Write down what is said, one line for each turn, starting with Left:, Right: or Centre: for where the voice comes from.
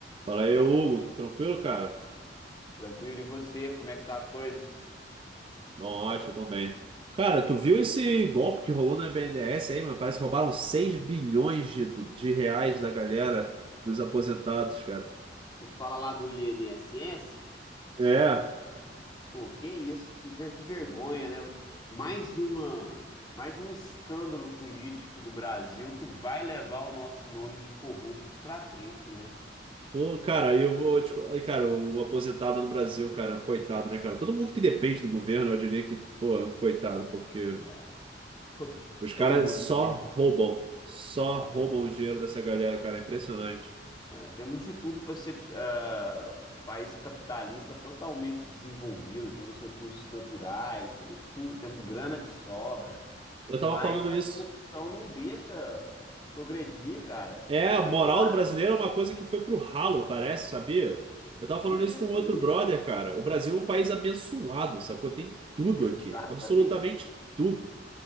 Right: Fala aí, Hugo. Tranquilo, cara?
Left: Tranquilo, e você? Como é que tá as coisas?
Right: Nossa, eu tô bem. Cara, tu viu esse golpe que rolou no BNDES aí, mano? Parece que roubaram 6 bilhões de, de reais da galera dos aposentados, cara.
Left: Você fala lá do INSS?
Right: É.
Left: Pô, que isso? Que ver- que vergonha, né? Mais uma, mais um escândalo político do Brasil que vai levar o nosso nome de corruptos pra frente, né?
Right: Pô, cara, eu vou te... co- aí, Cara, o aposentado no Brasil, cara, coitado, né, cara? Todo mundo que depende do governo, eu diria que, pô, é um coitado, porque
Left: Né? Todo,
Right: os caras
Left: todo mundo
Right: só
Left: que de-
Right: roubam. Só
Left: só rouba.
Right: roubam o dinheiro dessa galera, cara. É impressionante.
Left: É, temos de tudo para ser ah, um país capitalista totalmente desenvolvido, temos recursos naturais, temos tudo, temos grana de sobra.
Right: Eu
Left: Mas
Right: tava falando
Left: a
Right: isso.
Left: corrupção não deixa progredir, cara.
Right: É, a
Left: Você
Right: moral
Left: viu lá?
Right: do brasileiro é uma coisa que foi pro ralo, parece, sabia? Eu tava falando
Left: Isso,
Right: isso com outro
Left: isso.
Right: brother, cara. O Brasil é um país abençoado, sacou? Tem tudo
Left: Exatamente.
Right: aqui, absolutamente tudo.